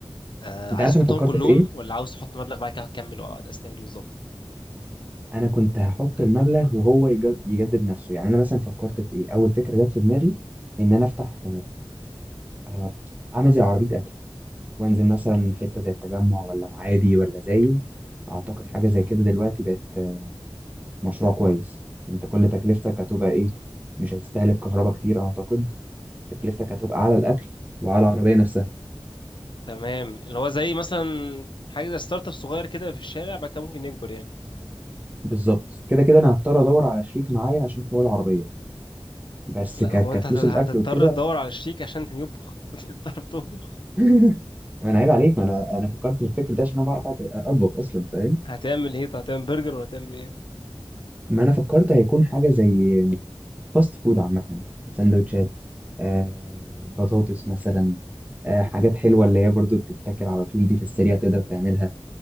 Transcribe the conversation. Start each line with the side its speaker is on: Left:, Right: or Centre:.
Left: آه،
Right: انت
Left: عايز
Right: عارف
Left: تحطهم
Right: انا فكرت
Left: كلهم
Right: في ايه
Left: ولا عاوز تحط مبلغ بعد كده هتكمل أو عايز تعمل إيه بالظبط
Right: انا كنت هحط المبلغ وهو يج- يجدد نفسه يعني انا مثلا فكرت في ايه اول فكره جت في دماغي ان انا افتح آه، اعمل زي عربيه اكل وانزل مثلا حته زي التجمع ولا معادي ولا زايد اعتقد حاجه زي كده دلوقتي بقت آه، مشروع كويس انت كل تكلفتك هتبقى ايه مش هتستهلك كهرباء كتير اعتقد تكلفتك هتبقى على الاكل وعلى العربيه نفسها
Left: تمام اللي هو زي مثلا حاجة زي ستارت اب صغير كده في الشارع بعد كده ممكن نكبر يعني
Right: بالظبط كده كده انا هضطر ادور على شريك معايا عشان حوار العربيه بس
Left: لا
Right: ك...
Left: هو
Right: كفلوس
Left: أنت هت- هتضطر
Right: الاكل وكده
Left: تدور على الشيك عشان يطبخ <laughs> هتضطر تطبخ
Right: <laughs> ما انا عيب عليك ما انا انا فكرت في الفكر ده عشان انا بعرف أط- اطبخ اصلا فاهم
Left: هتعمل إيه طب هتعمل برجر ولا هتعمل إيه
Right: ما انا فكرت هيكون حاجه زي فاست فود عامة سندوتشات آه بطاطس مثلا آه حاجات حلوة اللي هي برضو بتتاكل على طول دي في السريع تقدر تعملها